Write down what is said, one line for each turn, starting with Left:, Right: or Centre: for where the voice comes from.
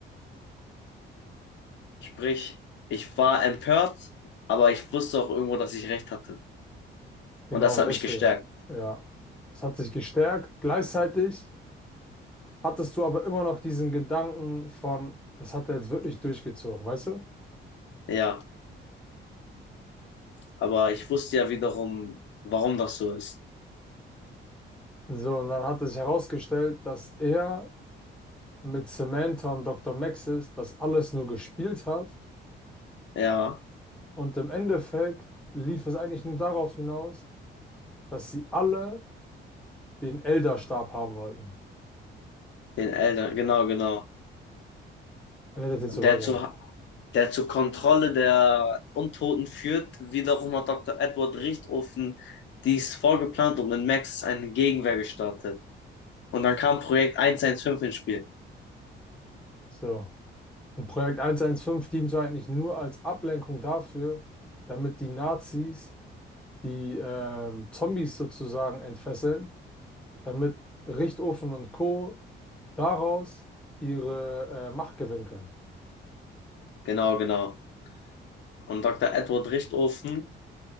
Left: Sprich, ich war empört, aber ich wusste auch irgendwo, dass ich recht hatte.
Centre: Genau,
Left: Und das
Centre: und
Left: hat
Centre: deswegen.
Left: mich gestärkt.
Centre: Ja. Es hat sich gestärkt. Gleichzeitig hattest du aber immer noch diesen Gedanken von, das hat er jetzt wirklich durchgezogen, weißt du?
Left: Ja, aber ich wusste ja wiederum, warum das so ist.
Centre: So, und dann hat es herausgestellt, dass er mit Samantha und Dr. Maxis das alles nur gespielt hat.
Left: Ja,
Centre: Und im Endeffekt lief es eigentlich nur darauf hinaus, dass sie alle den Elderstab haben wollten.
Left: den Eltern, genau, genau.
Centre: Und das jetzt
Left: Dazu,
Centre: so weiter.
Left: der zur Kontrolle der Untoten führt. Wiederum hat Dr. Edward Richtofen dies vorgeplant und in Max eine Gegenwehr gestartet. Und dann kam Projekt 115 ins Spiel.
Centre: So. Und Projekt 115 diente eigentlich nur als Ablenkung dafür, damit die Nazis die ähm, Zombies sozusagen entfesseln, damit Richtofen und Co. daraus ihre äh, Macht gewinnen können.
Left: Genau, genau. Und Dr. Edward Richtofen